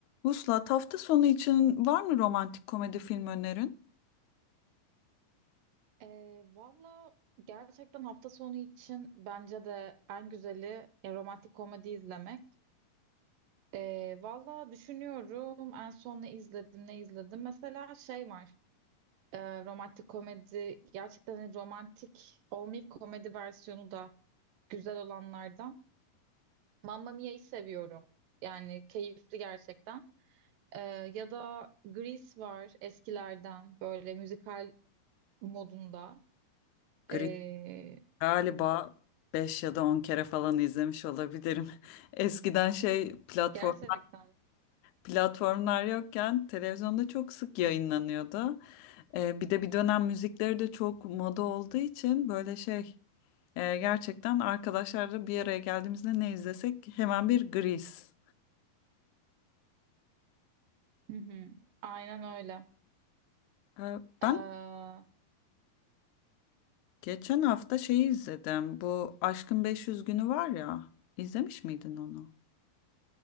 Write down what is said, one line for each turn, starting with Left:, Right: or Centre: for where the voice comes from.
Left: Vuslat, hafta sonu için var mı romantik komedi film önerin?
Right: Ee, valla gerçekten hafta sonu için bence de en güzeli e, romantik komedi izlemek. Ee, valla düşünüyorum en son ne izledim ne izledim. Mesela şey var e, romantik komedi gerçekten hani romantik olmayıp komedi versiyonu da güzel olanlardan. Mamma Mia'yı seviyorum. Yani keyifli gerçekten. Ee, ya da Grease var eskilerden böyle müzikal modunda.
Left: Gri
Right: Ee,
Left: galiba 5 ya da 10 kere falan izlemiş olabilirim. <laughs> Eskiden şey platform
Right: gerçekten.
Left: platformlar yokken televizyonda çok sık yayınlanıyordu. Ee, bir de bir dönem müzikleri de çok moda olduğu için böyle şey e, gerçekten arkadaşlarla bir araya geldiğimizde ne izlesek hemen bir Gris.
Right: Hı hı. Aynen öyle.
Left: Ee, ben
Right: Ee,
Left: geçen hafta şeyi izledim. Bu Aşkın 500 Günü var ya. İzlemiş miydin onu?